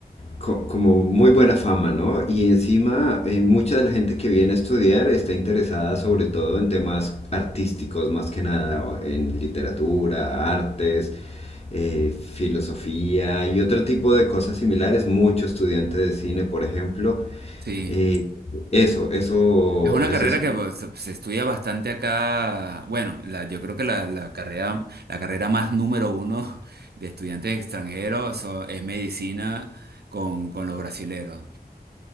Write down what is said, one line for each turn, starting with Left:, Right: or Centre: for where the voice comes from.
Left: co- como muy buena fama, ¿no? Y encima, eh, mucha de la gente que viene a estudiar está interesada sobre todo en temas artísticos, más que nada, o en literatura, artes, eh, filosofía y otro tipo de cosas similares. Mucho estudiante de cine, por ejemplo.
Right: Sí.
Left: eh, eso, eso,
Right: Es una
Left: eso
Right: carrera
Left: es...
Right: que pues, se, se estudia bastante acá. Bueno, la, yo creo que la, la carrera, la carrera más número uno de estudiantes extranjeros so- es medicina con, con los brasileros.